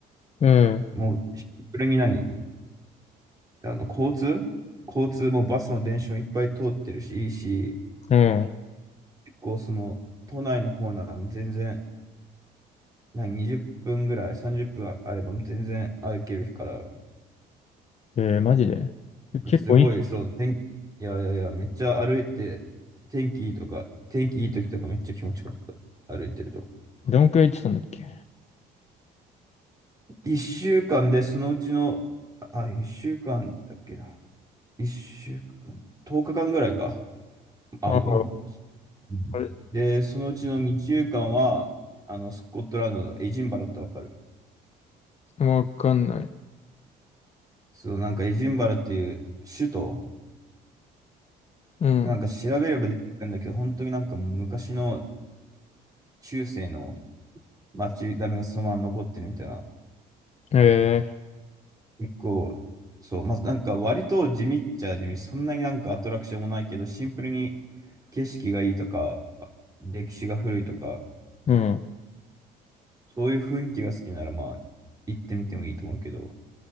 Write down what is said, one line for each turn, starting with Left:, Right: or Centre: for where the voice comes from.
Left: うん。うん。
Right: もうシンプルに何あの、交通交通もバスも電車もいっぱい通ってるし、いいし、
Left: うん。
Right: 結構その、都内の方なら全然、何、20分ぐらい、30分あれば全然歩けるから、
Left: えー、マジで結構いい。
Right: すごい、そう、天気、いやいやいや、めっちゃ歩いて、天気いいとか、天気いい時とかめっちゃ気持ちよかった。歩いてると。
Left: どんくらい行ってたんだっけ
Right: 1週間で、そのうちの、あ、1週間だっけな。1週間、10日間ぐらいか。あ、
Left: ああ、
Right: うん。うんで、
Left: あれ、
Right: そのうちの2週間は、あの、スコットランドのエジンバラってわかる
Left: わかんない。
Right: そう、なんかエジンバラっていう首都
Left: うん。
Right: なんか調べれば出てくるんだけど、本当になんかもう昔の中世の町並みがそのまま残ってるみたいな。
Left: え
Right: 結構、そう、まずなんか割と地味っちゃ地味、そんなになんかアトラクションもないけど、シンプルに景色がいいとか、歴史が古いとか、
Left: ー、う
Right: そういう雰囲気が好きならまあ行ってみてもいいと思うけど。